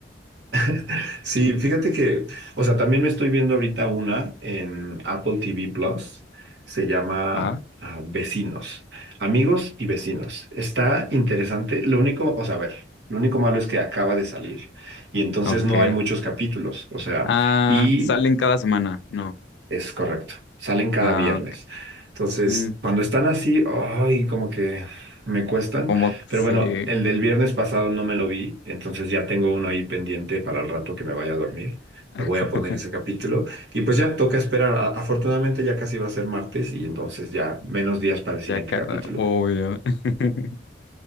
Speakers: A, on the right (about 65°); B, on the left (about 65°).
A: <laughs> Sí, fíjate que, o sea, también me estoy viendo ahorita una en Apple TV Plus. Se llama
B: ¿va?
A: ah, Vecinos, Amigos y Vecinos. Está interesante. Lo único, o sea, a ver, lo único malo es que acaba de salir y entonces
B: Ok.
A: no hay muchos capítulos. O sea,
B: Ah,
A: y
B: salen cada semana, no.
A: Es correcto. Salen cada
B: Ah,
A: viernes.
B: ok.
A: Entonces,
B: Mm,
A: cuando están así, ay, como que me cuestan.
B: como que
A: Pero
B: sí,
A: bueno, el del viernes pasado no me lo vi, entonces ya tengo uno ahí pendiente para el rato que me vaya a dormir.
B: <laughs>
A: Le voy a poner ese capítulo. Y pues ya toca esperar. A- Afortunadamente ya casi va a ser martes y entonces ya menos días para el siguiente
B: ya cada,
A: capítulo.
B: obvio. <laughs>